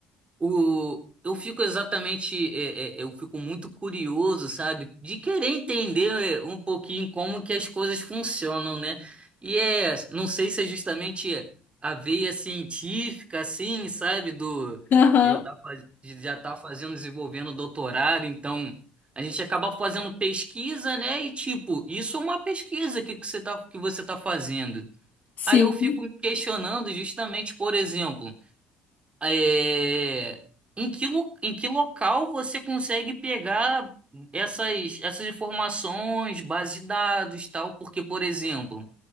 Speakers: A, on the right; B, on the left.
A: O, eu fico exatamente, é, é, é, eu fico muito curioso, sabe, de querer entender é, um pouquinho como que as coisas funcionam, né? E é, não sei se é justamente a veia científica, assim, sabe, do
B: <laughs> Aham,
A: de eu tá, faz- de já tá fazendo, desenvolvendo doutorado, então a gente acaba fazendo pesquisa, né? E tipo, isso é uma pesquisa que, que você tá, que você tá fazendo.
B: Sim.
A: Aí eu fico me questionando justamente, por exemplo. É, em que, lo- em que local você consegue pegar essas, essas informações, base de dados, tal? Porque, por exemplo,